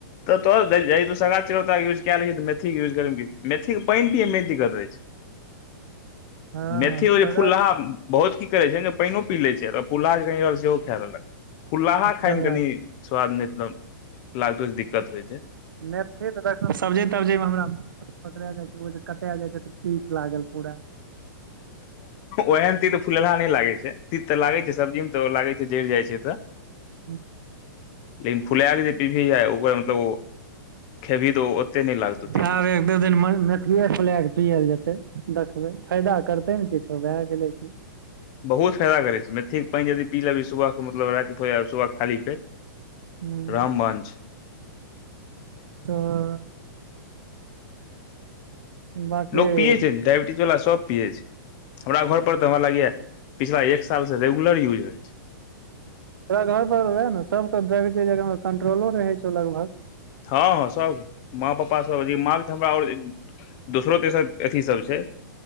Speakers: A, on the left (about 25°); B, on the right (about 80°).
A: तऽ तू सगा चिरौता यूज क लै छ त मेथी के यूज करै मे कि दिक्कत मेथी के पैन पियए मे दिक्कत रहै छै
B: हँ
A: मेथियो
B: सगा
A: जे फुलहा
B: चिरौंता,
A: बहुत की करै छै जे पैनो पी लै छै फुल्हा जे कनि रहल सेहो खा लेलक फुल्लाहा
B: सगा
A: खायमे कनि स्वाद नै <unintelligible> लागतो दिक्कत होइ छै
B: मेथी तऽ देखलहुँ सब्जी तब्जीमे हमरा म पकड़ा जाइ छै ओ जे कटेए जाइ छै तऽतित लागल पूरा
A: ओहन तीत फुलहा नै लागे छै तीत तऽ लागे छै सब्जी मे त लागे छै जैर जाय छै तऽ <inaudible>
B: <unintelligible>
A: लेकिन फुला के जे पिबही ह ओकरा मतलब ओ खेबही तऽ ओ ओते नहि लागतौ तीत
B: ह आब एक दू दिन मे उहे फुलाकेऽ पिल जेतै देखबै फायदा करतै ने किछो भए गेलै कि
A: बहुत फायदा करै छै मेथीके पैन जे यदि पी लेही सुबह मतलब <unintelligible> सुबहके खाली पेट
B: हूँ
A: रामबान छै
B: तऽ बाँकी
A: लोक पियै छै डायबीटीस वलाा सब पियै छै हमरा घर पर तऽ हमरा लागै या पिछला एक साल से रेगुलर यूज होय छै
B: तोर घर पर वेब न ‌डायबिटिज सब कंट्रोलो रहै छौ लगभग
A: हँ सभ माँ पापा सब मा क तऽ हमरा आओर दोसरो तेसर अथी सब छै